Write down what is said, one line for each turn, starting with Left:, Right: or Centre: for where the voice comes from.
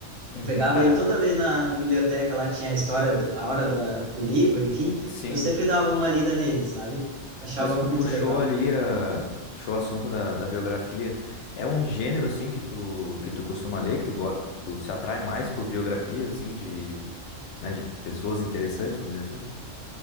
Left: Uhum.
Right: Eu pegava
Left: Cara,
Right: ele toda vez na, na biblioteca lá que tinha a história, do, a hora da, do livro, enfim,
Left: sim.
Right: eu sempre dava uma lida nele, sabe? Achava
Left: Mas
Right: muito
Left: tu puxou
Right: legal.
Left: ali, ah, puxou o assunto da, da biografia. É um gênero, assim, que tu, que tu costuma ler, que tu, go- tu se atrai mais por biografias, assim, de, né, de pessoas interessantes, vamos dizer assim?